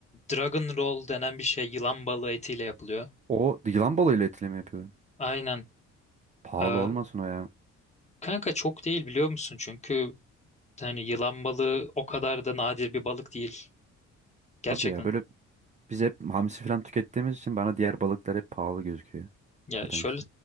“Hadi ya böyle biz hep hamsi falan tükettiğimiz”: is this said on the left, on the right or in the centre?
Right